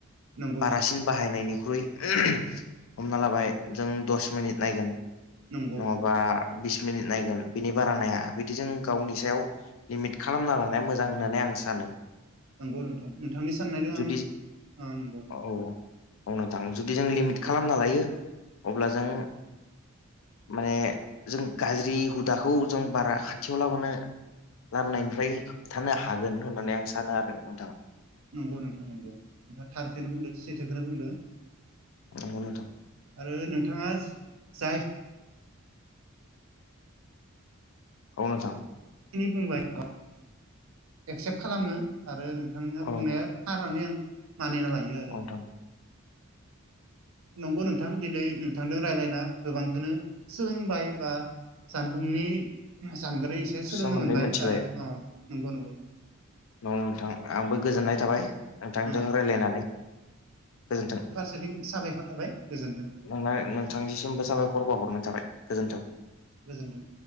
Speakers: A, on the right; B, on the left.
A: नंगौ
B: बारासिन
A: नोंथां
B: बायनायनिख्रुइ हमना लाबाय जों दस मिनिट नायगोन
A: नंगौ
B: नङ बा बिस मिनिट नायगोन बिनि बारा नाया बिदिजों गावनि सायाव लिमिट खालामना लानाया मोजां होननानै आं सानो
A: नंगौ नोंथां नोंथांनि साननायजों
B: जुदि
A: आं नंगौ
B: औ अनोंथां जुदि जों लिमिट खालामना लायो अब्ला जों माने जों गाज्रि हुदाखौ जों बारा खाथियाव लाबो लाबोनायनिफ्राय होबथानो हागोन होननानै आं सानो आरो नोंथां
A: नंगौ नोंथां नंगौ नोंथा थारखखौनो बुंदो सैथोखौनो बुंदो
B: औ <unintelligible>
A: आरो नोंथाङा जाय
B: औ नोंथां
A: बुंबाय म एक्सेप्ट खालामो आरो नों नोंथां
B: औ
A: बुंनाया थार होननानै आं मानिना लायो आरो
B: अ नोंथां
A: नंगौ नोंथां दिनै थांदों रायलायना गोबांखौनो सोलोंबाय बा जानबुंनि जानग्रा सोलोंनो
B: सोमोन्दै
A: मोनबाय
B: मिथिबाय
A: आरो अ नंगौ नंगौ
B: अ नोंथां आंबो गोजोननाय थाबाय नोंथांजों
A: अ
B: रायज्लायनानै गोजोनथों
A: थिं साबायखर थाबाय गोजोन्थों
B: नों नोंथांनिसिमबो साबायखर बानहरनाय थाबाय गोजोन्थों
A: गोजोनथों